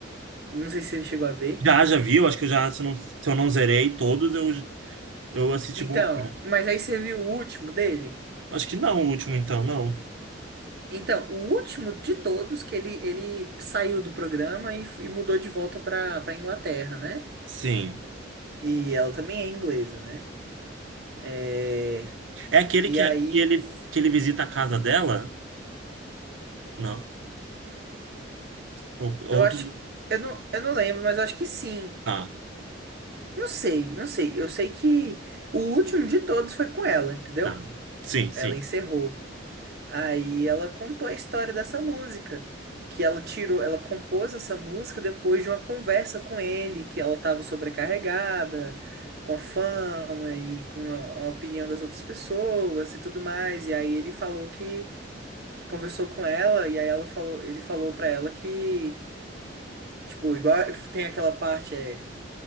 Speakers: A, on the right (about 55°); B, on the right (about 90°).
A: Não sei se você chegou a ver.
B: Já, já viu? Acho que eu já, se eu não, se eu não zerei todos, eu, eu assisti
A: Então,
B: boa parte.
A: mas aí você viu o último dele?
B: Acho que não, o último então, não.
A: Então, o último de todos que ele, ele saiu do programa e, e mudou de volta pra, pra Inglaterra, né?
B: Sim.
A: E ela também é inglesa, né? É,
B: É aquele
A: E
B: que,
A: aí,
B: é, que ele, que ele visita a casa dela? Não. Ou- Outro.
A: eu acho. Eu não, eu não lembro, mas eu acho que sim.
B: Tá,
A: Não sei, não sei. Eu sei que o último de todos foi com ela, entendeu?
B: tá. Sim, sim.
A: Ela encerrou. Aí ela contou a história dessa música, que ela tirou, ela compôs essa música depois de uma conversa com ele, que ela estava sobrecarregada com a fama e com a, a opinião das outras pessoas e tudo mais. E aí ele falou que conversou com ela e aí ela falou, ele falou pra ela que, tipo, igual tem aquela parte é